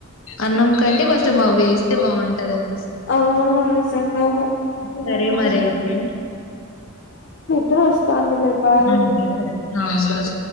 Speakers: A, on the left; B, on the left.
A: అన్నం కంటే కొంచెం అవి వేస్తే బాగుంటదంట
B: అవును నిజంగానే ఏమన్నా
A: సరే మరి
B: తినాలి
A: అయితే
B: <unintelligible> వస్తాంది లే బాయ్
A: ఆ సరే ఆ బాయ్